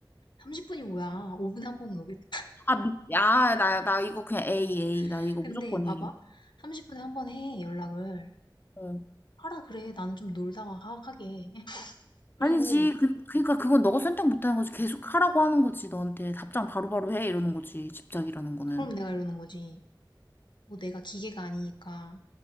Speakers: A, on the left; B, on the left.
A: 30분이 뭐야. 5분에 한 번은 오겠다.
B: 아, 미, 야, 나, 나 이거 그냥 A, A.
A: <laughs>
B: 나 이거
A: 근데
B: 무조건
A: 봐봐.
B: A.
A: 30분에 한 번 해, 연락을.
B: 어.
A: 하라 그래. 나는 좀 놀다가 하, 하게. <laughs> 그리고
B: 아니지. 그, 그러니까 그건 너가 선택 못하는 거지. 계속 하라고 하는 거지. 너한테 답장 바로바로 해. 이러는 거지. 집착이라는 거는.
A: 그럼 내가 이러는 거지. 뭐 내가 기계가 아니니까.